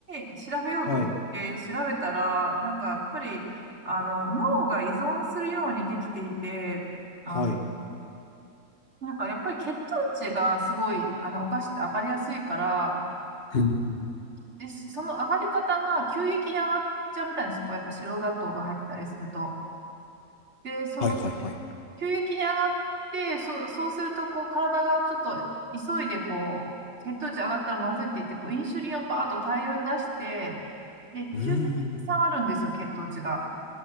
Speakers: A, on the right; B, on the left.
A: に調べようと思って調べたら、
B: はい、
A: なんか、やっぱり、あの、脳が依存するようにできていて、あの、
B: はい。
A: なんか、やっぱり血糖値がすごい、あの、お菓子って上がりやすいから、
B: うん、
A: で、しその上がり方が急激に上がっちゃうみたいなんですよ。こう、やっぱ白砂糖が入ってたりすると。で、その、
B: はい、はい、はい。
A: 急激に上がって、そう、そうすると、こう、体がちょっと急いで、こう、血糖値上がったらまずいって言って、こう、インシュリンをバーッと大量に出して、で、急激に下がるんですよ、
B: うーん、
A: 血糖値が。